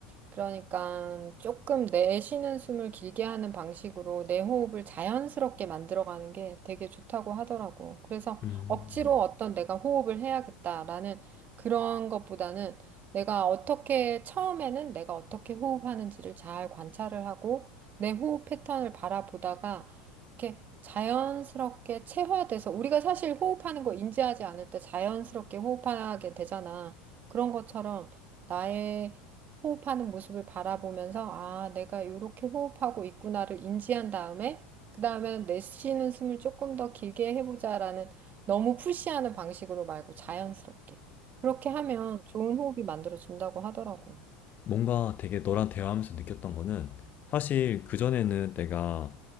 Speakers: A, on the right; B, on the left.
A: 그러니까 조금 내쉬는 숨을 길게 하는 방식으로 내 호흡을 자연스럽게 만들어가는 게 되게 좋다고 하더라고. 그래서
B: 음.
A: 억지로 어떤 내가 호흡을 해야겠다라는 그런 것보다는 내가 어떻게, 처음에는 내가 어떻게 호흡하는지를 잘 관찰을 하고 내 호흡 패턴을 바라보다가 이렇게 자연스럽게 체화돼서 우리가 사실 호흡하는 거 인지하지 않을 때 자연스럽게 호흡하게 되잖아. 그런 것처럼 나의 호흡하는 모습을 바라보면서 아, 내가 이렇게 호흡하고 있구나를 인지한 다음에 그 다음에는 내쉬는 숨을 조금 더 길게 해보자라는 너무 푸시하는 방식으로 말고 자연스럽게 그렇게 하면 좋은 호흡이 만들어진다고 하더라고.
B: 뭔가 되게 너랑 대화하면서 느꼈던 거는 사실 그전에는 내가